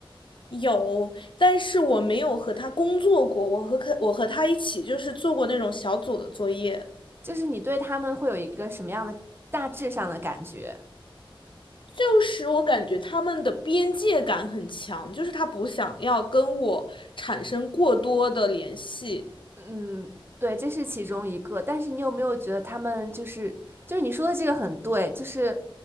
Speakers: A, on the left; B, on the right.
A: 有，但是我没有和他工作过，我和可我和他一起就是做过那种小组的作业，
B: 就是你对他们会有一个什么样的大致上的感觉？
A: 就是我感觉他们的边界感很强，就是他不想要跟我产生过多的联系。
B: 嗯，对，这是其中一个。但是你有没有觉得他们就是就是你说的这个很对，就是